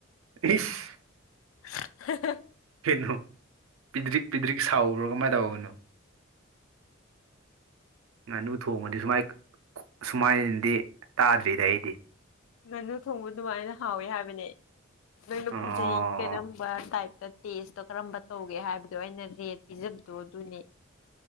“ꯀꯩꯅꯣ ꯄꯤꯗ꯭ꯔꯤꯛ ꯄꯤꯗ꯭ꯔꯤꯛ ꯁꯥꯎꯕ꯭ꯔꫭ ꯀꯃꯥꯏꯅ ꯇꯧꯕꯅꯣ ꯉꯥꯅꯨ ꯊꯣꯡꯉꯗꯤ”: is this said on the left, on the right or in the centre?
Right